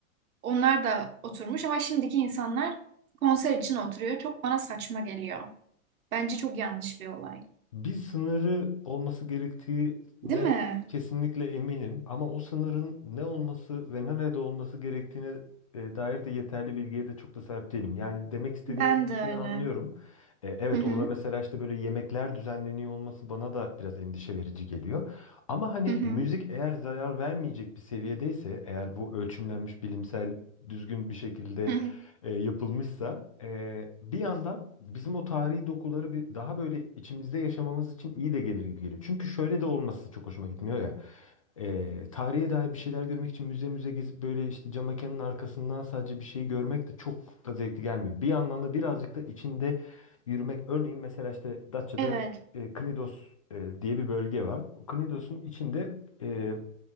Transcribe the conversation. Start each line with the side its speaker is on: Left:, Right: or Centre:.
Right: onlar da oturmuş ama şimdiki insanlar konser için oturuyor. Çok bana saçma geliyor. Bence çok yanlış bir olay.
Left: Bir sınırı olması gerektiğine
Right: Değil mi?
Left: kesinlikle eminim ama o sınırın ne olması ve nerede olması gerektiğine e, dair de yeterli bilgiye de çok da sahip değilim. Yani demek istediğin
Right: Ben
Left: endişeyi
Right: de öyle.
Left: anlıyorum. E, evet
Right: Hı hı.
Left: orada mesela işte böyle yemekler düzenleniyor olması bana da biraz endişe verici geliyor. Ama hani
Right: Hı hı.
Left: müzik eğer zarar vermeyecek bir seviyedeyse, eğer bu ölçümlenmiş, bilimsel, düzgün bir şekilde
Right: Hı hı.
Left: e, yapılmışsa e, bir yandan bizim o tarihi dokuları bir daha böyle içimizde yaşamamız için iyi de gelir gibi geliyor. Çünkü şöyle de olması çok hoşuma gitmiyor ya. E, tarihe dair bir şeyler görmek için müze müze gezip böyle işte cam mekanın arkasından sadece bir şey görmek de çok da zevkli gelmiyor. Bir yandan da birazcık da içinde yürümek. Örneğin mesela işte Datça'da
Right: Evet.
Left: e, Knidos e, diye bir bölge var. Knidos'un içinde e,